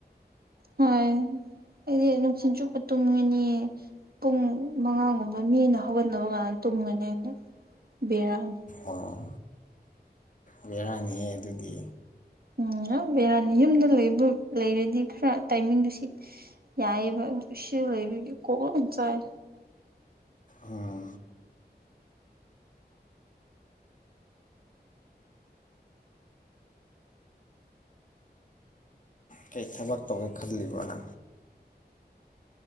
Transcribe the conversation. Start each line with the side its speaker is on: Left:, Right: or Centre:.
Right: ꯍꯣꯏ ꯑꯩꯗꯤ ꯅꯨꯡꯁꯤꯡꯆꯨꯞꯄ ꯇꯨꯝꯒꯅꯤ꯫ ꯄꯨꯡ ꯃꯉꯥꯒꯨꯝꯕ ꯃꯤꯅ ꯍꯧꯒꯠꯅꯕ ꯀꯥꯟꯗ ꯇꯨꯝꯒꯅꯤ ꯑꯅ ꯕꯦꯔꯥꯅꯤ꯫
Left: ꯑꯣ ꯕꯦꯔꯥꯅꯤꯍꯦ ꯑꯗꯨꯗꯤ꯫
Right: ꯎꯝ ꯌꯝ ꯕꯦꯔꯥꯅꯤ ꯌꯨꯝꯗ ꯂꯩꯕꯨ ꯂꯩꯔꯗꯤ ꯈꯔ ꯇꯥꯏꯃꯤꯡꯗꯨ ꯁꯤꯠ ꯌꯥꯏꯕ ꯑꯗꯨꯁꯨ ꯂꯩꯕꯤꯒꯤ ꯀꯣꯛꯣꯟ ꯆꯥꯏ꯫
Left: ꯑꯥ ꯀꯩ ꯊꯕꯛ ꯇꯧꯒꯦ ꯈꯜꯂꯤꯕꯣꯅ